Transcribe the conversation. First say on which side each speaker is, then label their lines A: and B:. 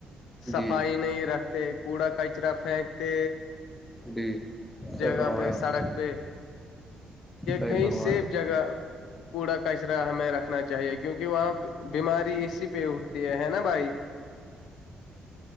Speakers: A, on the left; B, in the centre.
A: صفائی
B: جی
A: نہیں رکھتے کوڑا کچرا پھینکتے
B: جی
A: جگہ
B: صحیح فرمایا
A: پہ
B: آپ
A: سڑک
B: نے
A: پہ
B: صحیح
A: کہیں
B: فرمایا
A: سیف
B: آپ نے۔
A: جگہ کوڑا کچرا ہمیں رکھنا چاہیے کیونکہ وہاں بیماری اسی پہ اٹھتی ہے نا بھائی